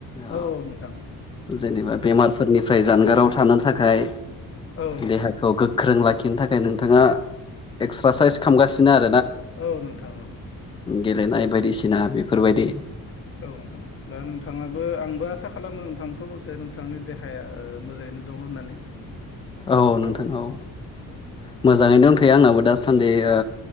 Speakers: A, on the left (about 15°); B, on the left (about 40°).
A: अ
B: औ नोंथां
A: जेनेबा बेमारफोरनिफ्राय जानगाराव थानो थाखाय
B: ओ औ नोंथां
A: देहाखौ गोख्रों लाखि खिनो थाखाय नोंथाङा एक्सारसाइस खालामगासिनो आरो
B: औ नोंथां औ
A: गेलेनाय बायदिसिना बेफोरबायदि
B: औ नोंथां दा नोंथाङाबो आंबो आसा खालामो नोंथांखौ दे नोंथांनि देहाया ओ मोजाङैनो दं होननानै
A: औ नोंथां औ
B: औ
A: मोजाङैनो
B: एबा
A: दंथ'यो
B: नों
A: आंनाबो दासान्दि ओ